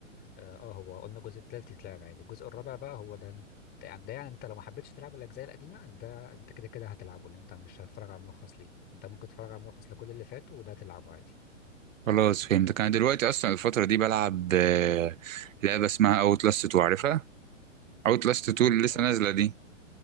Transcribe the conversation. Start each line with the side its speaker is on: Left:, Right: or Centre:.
Left: اه آه، هو قلنا الجزء الثالث يتلعب عادي الجزء الرابع بقى هو ده انت يعني ده يعني انت لو ما حبيتش تلعب الاجزاء القديمه ده انت كده كده هتلعبه لان انت مش هتتفرج على ملخص ليه انت ممكن تتفرج على ملخص لكل اللي فات وده تلعبه عادي
Right: خلاص فهمتك انا دلوقتي اصلا الفتره دي بلعب آه، لعبه اسمها اوت لاست 2 عارفها اوت لاست 2
Left: اوتلاست
Right: اللي لسه نازله دي